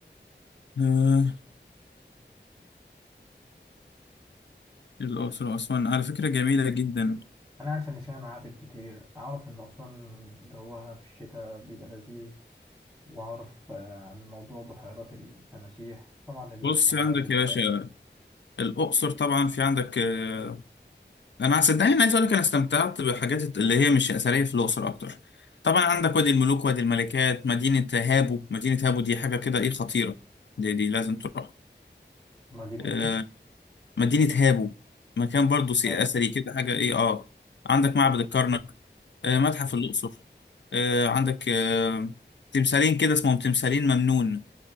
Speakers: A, on the left (about 75°); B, in the centre.
A: آه الاقصر واسوان على فكره جميله جدا
B: أنا عارف إن فيها معابد كتير أعرف إن أسوان جوها في الشتاء بيبقى لذيذ وأعرف آه، عن موضوع بحيرات التماسيح طبعا المعابد
A: بص عندك يا
B: بقى
A: باشا الاقصر طبعا في عندك آه انا صدقني انا عايز اقول لك انا استمتعت بحاجات اللي هي مش اثريه في الاقصر اكتر طبعا عندك وادي الملوك وادي الملكات مدينه هابو مدينه هابو دي حاجه كده ايه خطيره دي, دي لازم تروح
B: مدينة
A: آه
B: إيه؟
A: مدينه هابو مكان برضو سي-
B: أبو؟
A: اثري كده حاجه ايه اه عندك معبد
B: أوكي
A: الكرنك آه،
B: أوكي
A: متحف الأقصر آه، عندك آه، تمثالين كده اسمهم تمثالين ممنون